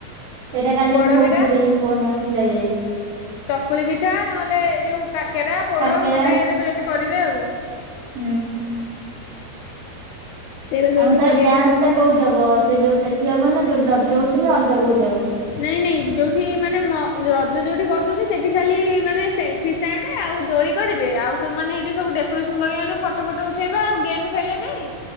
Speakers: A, on the right; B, on the left.
A: ସେଇଟା କାଲି
B: ପୋଡପିଠା
A: ମୁଁ କହୁଥିଲି ଫୋନ୍ ଆସି ଲାଗେ
B: ଚକୁଳି ପିଠା, ନହେଲେ ଏଇ ଯୋଉ କାକେରା, ପୋଡ,
A: କାକେରା
B: ମଣ୍ଡା, ଏଇରା ସବୁ କରିବେ ଆଉ।
A: ହୁଁ
B: ସେଇରା ସବୁ
A: ଆଉ
B: ଏମିତି
A: ତ
B: କରିବା
A: ଡାନ୍ସ
B: ପାଇଁ କହୁଛନ୍ତି।
A: ଟା କୋଉଠି ହବ? ସେ ଯୋଉ ସେଠି ହବ ନା ଯୋଉଠି ରଜ ହଉଛି କି ନା ଅଲଗା କଉଠି?
B: ନାଇଁ ନାଇଁ ଯୋଉଠି ମାନେ ମ ଯ ଯୋଉଠି କରୁଛନ୍ତି ସେଠି ଖାଲି ମାନେ ସେଲଫି ଷ୍ଟାଣ୍ଡ ଆଉ ଦୋଳି କରିବେ। ଆଉ ସବୁମାନେ ସବୁ ଡେକୋରେସନ କରି ମାନେ ଫଟୋ ଫଟ ଉଠେଇଵା ଆଉ ଗେମ୍ ଖେଳିବା ପାଇଁ।